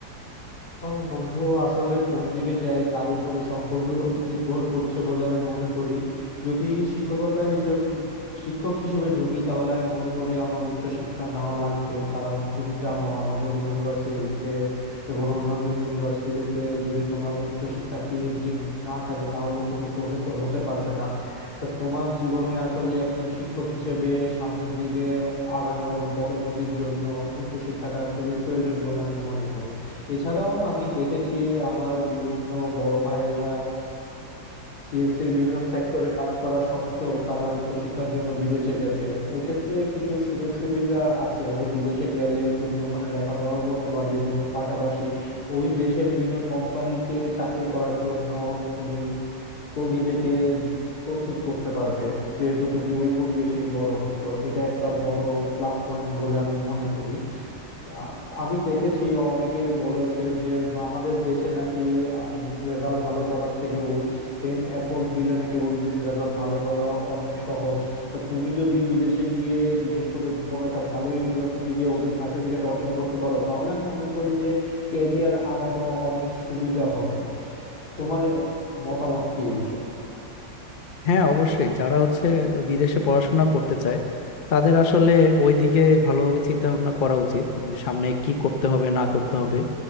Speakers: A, on the left (about 55°); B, on the left (about 80°).
A: এখন বন্ধু আসলে কোন দিকে যাই তার উপরে সম্পূর্ণ নির্ভর করছে বলে আমি মনে করি যদি শিক্ষকতা হিসেবে শিক্ষক হিসেবে ঢুকি তাহলে আমি মনে করি আমার উচ্চশিক্ষা নেওয়া লাগবে কারণ তুমি জানো আমাদের ইউনিভার্সিটিতে এবং অন্যান্য ইউনিভার্সিটিতে যদি তোমার উচ্চশিক্ষা পিএইচডি না থাকে তাহলে তুমি প্রফেসর হতে পারবে না তা তোমার জীবনে আসলে একজন শিক্ষক হিসেবে সামনের দিকে আগানো এবং পদোন্নতির জন্য উচ্চশিক্ষাটা খুবই প্রয়োজন বলে আমি মনে করি এছাড়াও আমি দেখেছি আমার বিভিন্ন বড় ভাইয়েরা সিএসসির বিভিন্ন সেক্টরে কাজ করা সত্ত্বেও তারা উচ্চশিক্ষার জন্য বিদেশে গেছে এক্ষেত্রে কিছু সুযোগ সুবিধা আছে বিদেশে গেলে তুমি ওখানে লেখাপড়াও করতে পারবে এবং এর পাশাপাশি ওই দেশে বিভিন্ন কোম্পানিতে চাকরি করার জন্য তুমি তো নিজেকে প্রস্তুত করতে পারবে যেহেতু তুমি ওই পরিবেশেই বড় হচ্ছ এটা একটা বড় প্লাস পয়েন্ট বলে আমি মনে করি আ- আমি দেখেছি অনেকে বলেছে যে আমাদের দেশে নাকি রেজাল্ট ভালো করার থেকে ওই সেম এফোর্ট দিলে নাকি ওই দেশে রেজাল্ট ভালো করা অনেক সহজ তা তুমি যদি বিদেশে গিয়ে বিশেষ করে কোনো একটা ভালো ইউনিভার্সিটি গিয়ে ওদের সার্টিফিকেট অর্জন করতে পারো তাহলে আমি মনে করি যে ক্যারিয়ার আগানো অনেক সুবিধা হবে তোমার মতামত কি এ বিষয়ে
B: হ্যাঁ অবশ্যই যারা হচ্ছে বিদেশে পড়াশোনা করতে চায় তাদের আসলে ওইদিকে ভালোভাবে চিন্তা ভাবনা করা উচিত যে সামনে কি করতে হবে না করতে হবে